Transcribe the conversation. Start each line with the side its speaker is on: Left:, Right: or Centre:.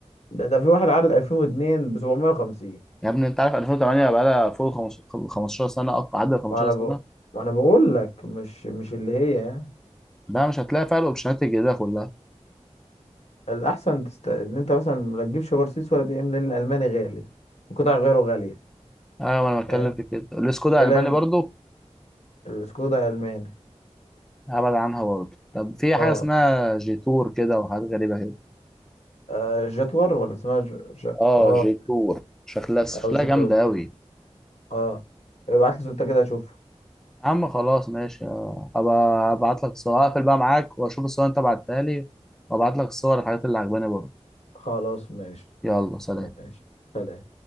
Left: ده ده في واحد عارض 2002 ب 750
Centre: يا ابني انت عارف 2008 بقى لها فوق ال 15 15 سنه اكتر عدى ال 15
Left: وانا
Centre: سنه
Left: ب... وانا بقول لك مش مش اللي هي يعني
Centre: ده مش هتلاقي فيها الاوبشنات الجديده كلها
Left: الاحسن تست... ان انت مثلا ما تجيبش مرسيدس ولا بي ام لان الالماني غالي وقطع غيره غاليه
Centre: ايوه ما انا بتكلم
Left: فاهم
Centre: في كده الاسكودا
Left: الا
Centre: الالماني برضو
Left: السكودا الماني
Centre: ابعد عنها برضو طب في
Left: اه
Centre: حاجه اسمها جيتور كده وحاجات غريبه كده
Left: آه جاتور ولا اسمها ج... ج...
Centre: اه
Left: اه
Centre: جيتور شكلها شكلها
Left: او جاتور
Centre: جامده قوي
Left: اه ابعت لي صورتها كده اشوف
Centre: يا عم خلاص ماشي آه، ابقى ابعت لك الصور هقفل بقى معاك واشوف الصور اللي انت بعتها لي وابعت لك الصور الحاجات اللي عجباني برضه
Left: خلاص ماشي
Centre: يلا سلام
Left: ماشي سلام